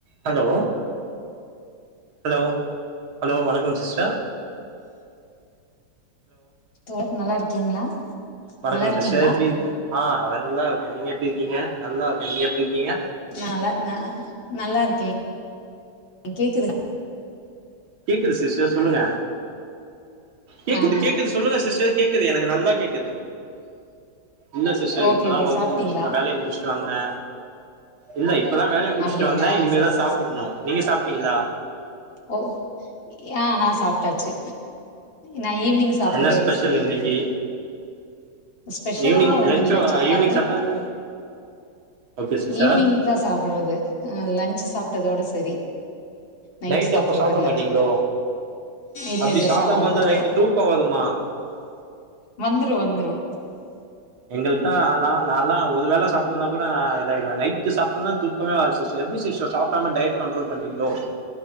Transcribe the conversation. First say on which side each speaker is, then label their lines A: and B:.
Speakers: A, on the right (about 90°); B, on the left (about 70°).
A: hello hello hello வணக்கம் sister
B: தோழர் நல்லா இருக்கீங்களா
A: வணக்கம்
B: நல்லா இருக்கீங்களா
A: சிஸ்டர் எப்டி இருக்கீங் ஆ நல்லா இருக்கே நீங்க எப்டி இருக்கீங்க நல்லா இருக்கே நீங்க எப்டி இருக்கீங்க
B: நால ந நல்லா இருக்கே கேக்குதுங்
A: கேக்குது சிஸ்டர் சொல்லுங்க கேக்குது
B: ஆ
A: கேக்குது சொல்லுங்க சிஸ்டர் கேக்குது எனக்கு நல்லா கேக்குது இல்ல சிஸ்டர்
B: ஓகே
A: இப்பதா
B: ஓகே
A: ஒர்க்
B: சாப்ட்டீங்களா
A: முடிச்சி நா வேலைய முடிச்சிட்டு வந்தே இல்ல இப்பதா வேலைய முடிச்சிட்டு
B: அப்டிங்களா
A: வந்தே இனிமேதா
B: செரி செரி
A: சாப்பிடணு
B: செரி
A: நீங்க சாப்பிட்டீங்களா
B: ஓ ஆ நா சாப்பிட்டாச்சு நா ஈவினிங் சாப்படுறதோட
A: என்ன ஸ்பெஷல்
B: சேரி
A: இன்னைக்கி
B: ஸ்பெஷல்ல்லா
A: ஈவினிங்
B: ஒண்ணு
A: லன்ச்சோ
B: இல்ல சாப்பாத்தி
A: ஈவினிங் சாப்டா இல்ல ஓகே சிஸ்டர்
B: ஈவினிங் தா சாப்பிடுறது‌ ஆ லஞ்ச் சாப்ட்டதோட சேரி நைட்டு
A: நைட்
B: சாப்படுறது
A: அப்போ சாப்ட
B: இல்ல
A: மாட்டீங்களோ
B: இல்ல
A: அப்டி
B: இல்ல
A: சாப்டாம
B: சாப்பட
A: இருந்தா
B: மாட்டே
A: நைட்டு தூக்கோ வருமா
B: வந்துரு வந்துரு
A: எங்களுக்கெல்லா நா நாலா ஒரு வேல சாப்பலனா கூட நா இத ஆயிருவே நைட்டு சாப்பலனா தூக்கமே வராது சிஸ்டர் எப்டி சிஸ்டர் சாப் படாம டயட் கண்ட்ரோல் பண்றீங்களோ